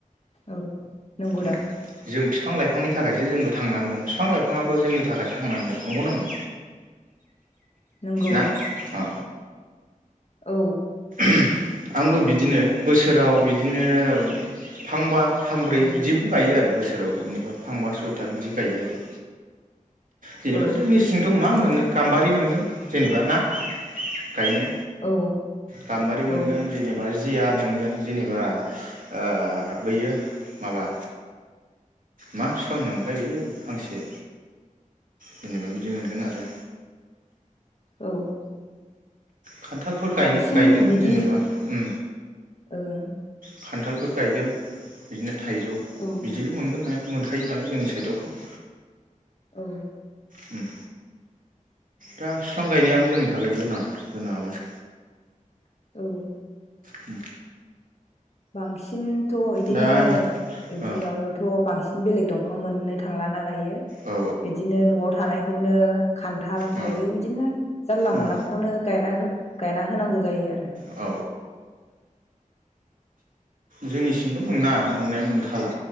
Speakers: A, on the left; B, on the right.
A: औ नंगौ
B: उम
A: दा।
B: जों बिफां लाइफांनि थाखायसो जोंबो थांनानै दं बिफां लाइफाङाबो जोंनि थाखाय थांनानै दं नंगौना नङा।
A: नंगौ
B: ना अ अ।
A: औ।
B: आंबो बिदिनो बोसोराव बिदिनो फांबा फांब्रै
A: ओं
B: बिदिखौ गायो आरो बोसो बोसोराव जेनेबा फांबा सयथा बिदि गायो आरो। जेनेबा
A: औ
B: जोंनि सिंथ' मा मोनो नो गाम्बारि मोनगोन जेनेबा ना। गायनो
A: औ
B: गामबा रि मोनगोन
A: औ
B: जेनेबा जिया मोनगोन जेनेबा ओ बैयो माबा। मा बिफां होनोमोन। लाय बियो फांसे। जेनेबा बिदि मोनगोन आरो।
A: औ।
B: खान्थालफोर
A: बांसिन
B: गायगोन
A: बिदि
B: जेनेबा उम।
A: ओं
B: खान्थालफोर गायगोन बिदिनो थाइजौ
A: औ
B: बिदिल' मोनगोन। मोनखायो नालाय जोंनि साइदआवथ'।
A: औ।
B: उम दा बिफां गायनायाबो जोंनि थाखाय गोनां गोनाङालाय।
A: औ।
B: होम
A: बांसिन। थ' बिदिनो
B: दा
A: बिदि
B: ओ
A: माबायावथ' बांसिन। बेलेग दंफां मोननो थांलाना। बिदिनो
B: औ
A: न'आव थानाय। बेखौनो। खान्थाल
B: औ
A: थाइजौ बिदिनो जानला
B: ओं
A: मोनलाखौनो गायना गायना होनांगौ जायो आरो।
B: औ जोंनि थिंथ' मोना मोननाया मोनखाला